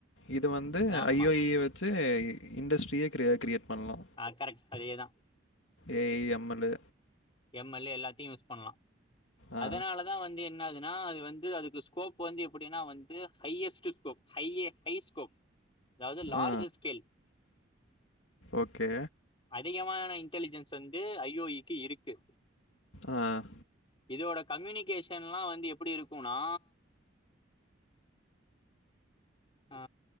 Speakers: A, on the left; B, on the left.
A: இது வந்து
B: ஆமா
A: ஐ ஓ இ வச் சி இண்டஸ்ட்ரியே கிரி கிரியேட் பண்ணலா
B: ஆ கரெக்ட் அதேதா
A: A I M L
B: M L எல்லாத்தையு யூஸ் பண்ணலா
A: ஆ,
B: அதனாலதா வந்து என் னாகுதுன்னா அது வந்து அதுக்கு ஸ்கோப் வந்து எப்டின்னா வந்து highest scope high high scope அதாவது லார்ஜ்
A: ஆ.
B: ஸ்கேல்
A: ஓகே
B: அதிகமான இன்டலிஜென்ஸ் வந்து ஐ ஓ இக்கு இருக்கு
A: ஆ
B: இதோட கம்யூனிகேஷன்லா வந்து எப்டி இருக்குனா ஆ